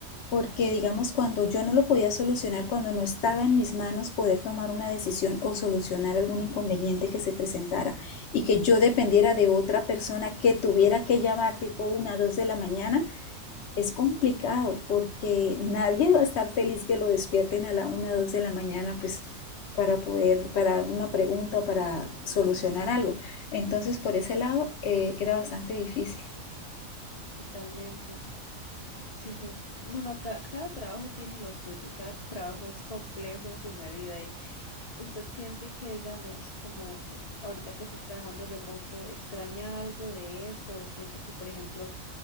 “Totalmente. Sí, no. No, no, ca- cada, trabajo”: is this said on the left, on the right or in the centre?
Left